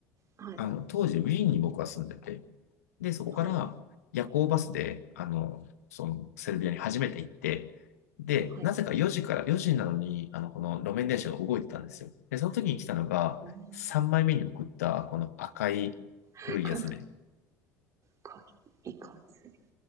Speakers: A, on the right; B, on the left.
A: はい。
B: あの、当時ウィーンに僕は住んでて、で、そこから夜行バスで、
A: はい。
B: あの、そのセルビアに初めて行って、で、
A: はい。
B: なぜか4時から、4時なのに、あの、この路面電車が動いてたんですよ。で、その時に来たのが、
A: うん
B: 3枚目に送った、この赤い古いやつで。
A: <laughs> これ、こ、いかつ